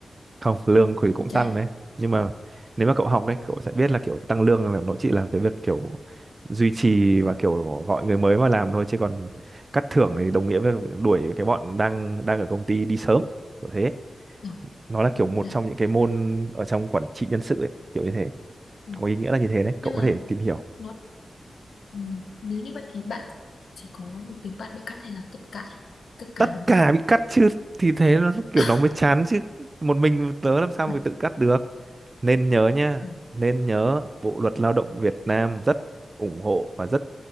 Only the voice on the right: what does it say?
Không, lương thì cũng
tăng đấy. Nhưng mà nếu mà cậu học đấy, cậu sẽ biết là kiểu tăng lương là nó chỉ là cái việc kiểu duy trì và kiểu gọi người mới vào làm thôi chứ còn cắt thưởng thì đồng nghĩa với đuổi cái bọn đang đang ở công ty đi sớm kiểu thế.
Nó là kiểu
một
trong những cái môn ở trong quản trị nhân sự ấy, kiểu như thế.
Có ý nghĩa là như thế đấy, cậu
có
thể tìm hiểu.
tất
cả
bị cắt chứ thì thế nó kiểu
nó mới chán chứ một mình tớ làm sao
mà tự cắt được nên nhớ nha
nên nhớ Bộ luật lao động Việt Nam rất ủng hộ và rất